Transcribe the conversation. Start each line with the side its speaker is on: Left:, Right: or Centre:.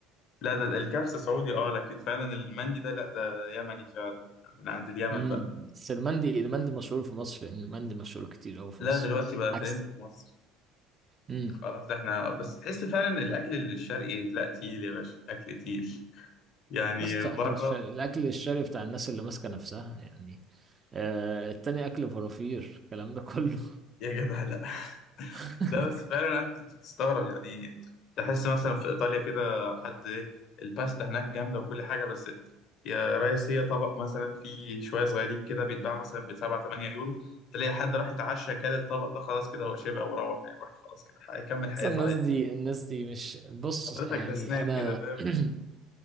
Left: لا ده ده الكبسة سعودي اه لكن فعلا المندي ده لا ده يمني فعلا من عند اليمن
Right: امم
Left: بقى
Right: بس المندي المندي مشهور في مصر لان المندي مشهور كتير قوي في
Left: لا
Right: مصر
Left: دلوقتي بقى
Right: عكس
Left: ترند في مصر
Right: امم
Left: خلاص احنا بس تحس فعلا الأكل الشرقي لا تقيل يا باشا أكل تقيل يعني
Right: يا اسطى
Left: بره
Right: اكل الشرق الاكل الشرقي بتاع الناس اللي ماسكه نفسها يعني آه التاني اكل فرافير الكلام ده كله
Left: يا جدع لا <laughs>
Right: <laughs>
Left: لا بس فعلا انت أنت بتستغرب يعني تحس مثلا في ايطاليا كده حد إيه، الباستا هناك جامده وكل حاجه بس يا ريس هي طبق مثلا فيه شويه صغيرين كده بيتباع مثلا ب 7 8 يورو تلاقي حد راح يتعشى كل الطبق ده خلاص كده هو شبع وروح هيروح خلاص كده هيكمل حياته
Right: بس الناس
Left: عادي
Right: دي الناس دي مش بص
Left: حضرتك
Right: يعني
Left: ده سناك
Right: انا
Left: كده فاهم
Right: <coughs>